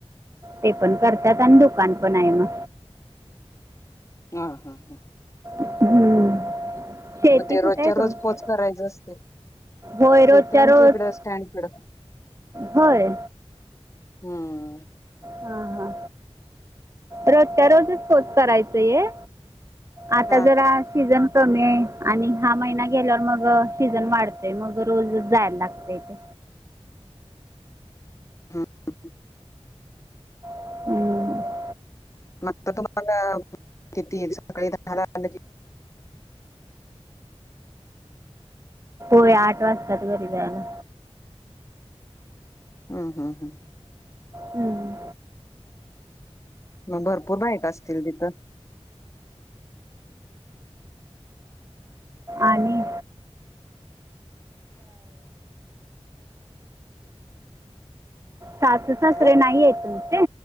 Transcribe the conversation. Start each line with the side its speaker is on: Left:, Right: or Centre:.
Right: ते पण करतात आणि दुकान पण आहे मग.
Left: हा, हा, हा
Right: हम्म.
Left: मग
Right: शेती
Left: ते
Right: कुठे
Left: रोजच्या
Right: आहे
Left: रोज
Right: तुमची?
Left: पोच करायचं असते
Right: होय रोजच्या
Left: शेती आमच्या
Right: रोज
Left: इकडं स्टँड कडं
Right: होय.
Left: हम्
Right: हा हा रोजच्या रोजच पोच करायचं ये. आता
Left: हा
Right: जरा सीझन. कमी आहे आणि हा महिना गेल्यावर मग सीझन वाढतोय मग रोज जायला लागतय ते.
Left: <inaudible> हम्म, हम्म
Right: हम्म
Left: मग तुम्हाला किती सकाळी दहाला <unintelligible> <inaudible>
Right: हो आठ वाजताात घरी जायला.
Left: हम्म हम्म हम्म
Right: हम्म.
Left: मग भरपूर बाईक असतील तिथं
Right: आणि सासू सासरे
Left: हॅलो
Right: नाही त तुमचे?